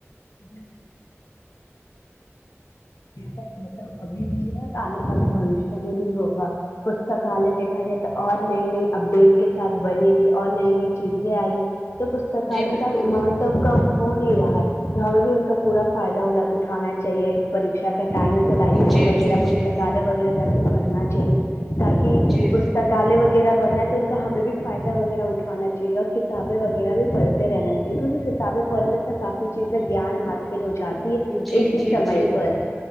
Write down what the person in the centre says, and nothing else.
جی بالکل
جی
جی
جی
جی
جی
جی
جی